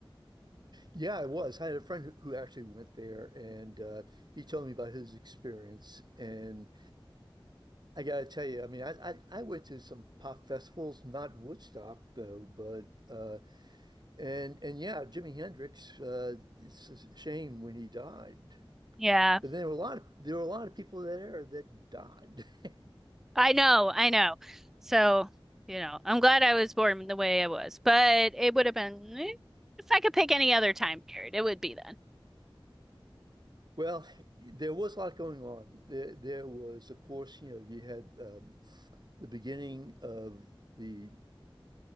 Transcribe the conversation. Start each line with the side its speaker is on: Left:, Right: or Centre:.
Right: Yeah, it was. I had a friend who, who actually went there and uh, he told me about his experience and I gotta tell you, I mean, I, I I went to some pop festivals, not Woodstock though, but uh, and and yeah, Jimi Hendrix. Uh, it's a shame when he died,
Centre: Yeah.
Right: but there were a lot of there were a lot of people there that died. <laughs>
Centre: I know, I know. So, you know, I'm glad I was born the way I was, but it would have been eh, if I could pick any other time period, it would be then.
Right: Well, there was a lot going on. There there was, of course, you know, you had um, the beginning of the